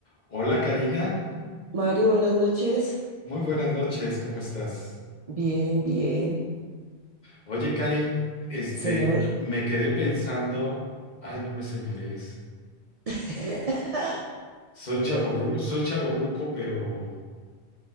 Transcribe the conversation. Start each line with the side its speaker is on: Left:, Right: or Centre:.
Left: Hola Karina,
Right: Mario, buenas noches.
Left: muy buenas noches, ¿cómo estás?
Right: Bien, bien,
Left: Oye Cari, este,
Right: señor.
Left: me quedé pensando, ay, no me señores,
Right: <laughs>
Left: soy chaborru,
Right: Bueno,
Left: soy chaborruco pero,